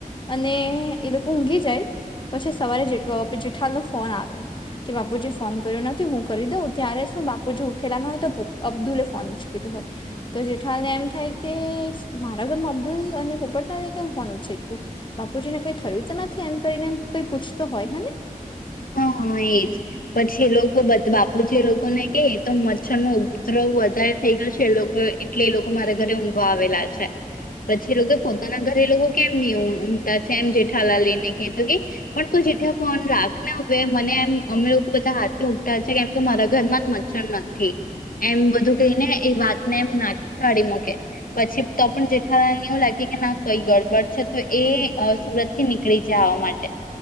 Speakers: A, on the left; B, on the left.
A: અને એ લોકો ઊંઘી જાય, પછી સવારે જેલો જેઠા ફોન આવે કે બાપુ જે ફોન કર્યો નથી, હું કરી દઉં ત્યારે તું બાપુ જોઉઠલા ન તો અબ્દુલે ફોનચકેલું હોય તો જેઠાને એમ થાય કે મારા ઘરમાં અબ્દુલ અને પ ત કેમવાનું છે બાપુજી ને કઈ થયું તો નથી, એમ કરીને એ કઈ પૂછતો હોય હ ને
B: હા એત પછી એ લોકોધ બાપુજી, એ લોકોને કે એ તો મચ્છર નો ઉપદ્રવ વધારે થઈ ગયો છે, એ લોકો એટલે એ લોકો મારા ઘરે ઊંઘા આવેલા છે. પછી લોકો પોતાના ઘરે લોકો કેમ ઉઊમતા છે, એમ જેઠાલા લઈને કે તો કે પણ જેઠ ફોન રાખને હવે, મને એમ અમે લોકો બધા હાથેથી ઉઠતા છે. કેમ કે મારા ઘર માં જ મચ્છર નથી. એમ બધું કહીને, એ વાતને એમ ના કાઢી મકે પછી તો પણ જેઠા લાગે કે ના કઈ ગડબડ છે, તો
A: હને
B: એ સુરત થી નીકળી જાય આવા માટે